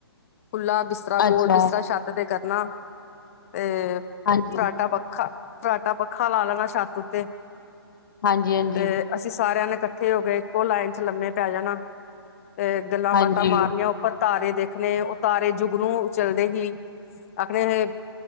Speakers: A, on the left (about 35°); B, on the left (about 50°).
A: ਖੁੱਲ੍ਹਾ ਬਿਸਤਰਾ,
B: ਅੱਛਾ
A: ਗੋਲ ਬਿਸਤਰਾ ਛੱਤ ਤੇ ਕਰਨਾ। ਤੇ
B: ਹਾਂਜੀ
A: ਫਰਾਟਾ ਪੱਖਾ, ਫਰਾਟਾ ਪੱਖਾ ਲਾ ਲੈਣਾ ਛੱਤ ਉੱਤੇ।
B: ਹਾਂਜੀ ਹਾਂਜੀ
A: ਤੇ ਅਸੀਂ ਸਾਰਿਆਂ ਨੇ ਇਕੱਠੇ ਹੋ ਕੇ ਇੱਕੋ ਲਾਈਨ ਚ ਲੰਮੇ ਪੈ ਜਾਣਾ। ਤੇ ਗੱਲਾਂ
B: ਹਾਂਜੀ
A: ਬਾਤਾਂ ਮਾਰਨੀਆਂ ਉੱਪਰ ਤਾਰੇ ਦੇਖਣੇ ਤਾਰੇ ਜੁੱਗਨੂੰ ਚੱਲਦੇ ਹੀ, ਆਖਦੇ ਇਹ